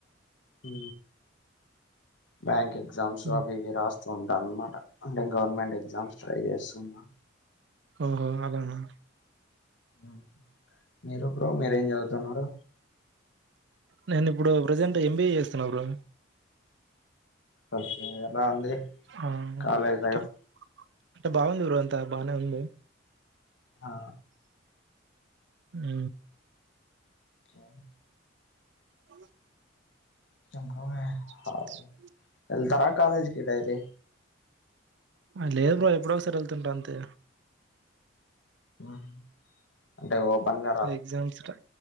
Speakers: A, on the left; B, on the right.
A: ఉ బ్యాంక్ ఎగ్జామ్స్
B: మ్.
A: అవివి రాస్తు ఉంటా అన్నమాట అంటే గవర్నమెంట్ ఎగ్జామ్స్ ట్రై చేస్తున్నా
B: ఓహో అలాన్నా
A: ఆ మీరు బ్రో మీరేం చదువుతున్నారు
B: నేను ఇప్పుడు ప్రెజెంట్ ఎంబీఏ చేస్తున్నా బ్రో
A: ఓకే ఎలా ఉంది
B: ఆ <unintelligible>
A: కాలేజ్
B: అంటే
A: లైఫ్
B: అంటే బాగుంది బ్రో అంతా బానే ఉంది
A: ఆ
B: ఉ
A: ఇంకా
B: అ
A: <unintelligible>
B: <unintelligible>
A: ఎళ్తారా కాలేజ్కి డైలీ
B: ఆ లేదు బ్రో ఎప్పుడో ఒకసారి ఎళ్తుంటా అంతే
A: వా అంటే ఓపెన్గా
B: ఎసామ్స్ టా